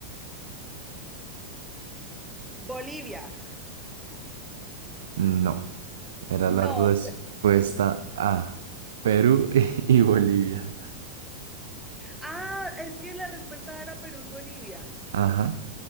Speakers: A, in the centre; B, on the right.
A: Bolivia.
B: No, era
A: No.
B: la respuesta
A: pe-
B: A. Perú <laughs> y Bolivia.
A: Ah, es que la respuesta era Perú y Bolivia.
B: Ajá.